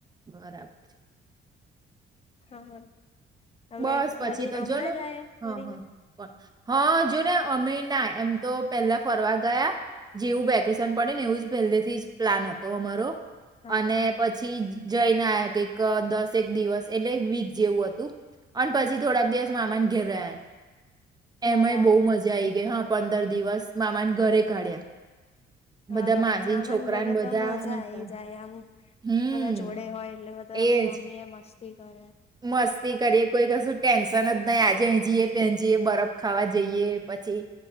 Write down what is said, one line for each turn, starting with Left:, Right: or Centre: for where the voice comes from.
Right: બરાબર છે.
Left: હા તમે
Right: બસ પછી
Left: ફરી
Right: તો
Left: હમણાં
Right: જો ને
Left: જ આયા
Right: હા
Left: ફરીને?
Right: હા પણ હા જો ને અમે ના એમ તો પહેલા ફરવા ગયા જેવું વેકેશન પડે ને એવું જ પહેલેથી જ પ્લાન હતો અમારો.
Left: હા.
Right: અને પછી જઈને આ એક દસક દિવસ એટલે વીક જેવું હતું. અને પછી થોડાક દિવસ મમાન ઘિર રહે.
Left: બરાબર
Right: એમાં બહુ મજા આઈ ગઈ હા પંદર દિવસ મામા ઘરે કાળ્યા.
Left: હા
Right: બધા મામાંસી
Left: મામાને
Right: છોકરાને
Left: ઘરે
Right: બધા
Left: તો મજા
Right: આવાના હતા
Left: આઈ જાય આમ
Right: હમ
Left: બધા જોડે હોય એટલે બધા
Right: એજ
Left: એમ રમીએ મસ્તી કરે
Right: મસ્તી કરીએ કોઈ કશું ટેન્શન જ નહી આજે અહીજીએ પજી બરફ ખાવા જઈએ પછી.